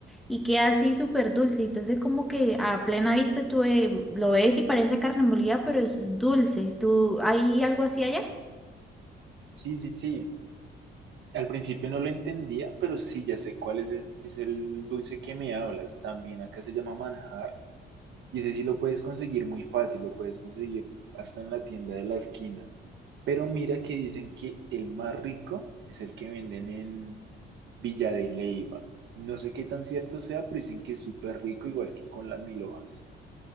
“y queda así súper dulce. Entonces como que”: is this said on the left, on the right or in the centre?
Centre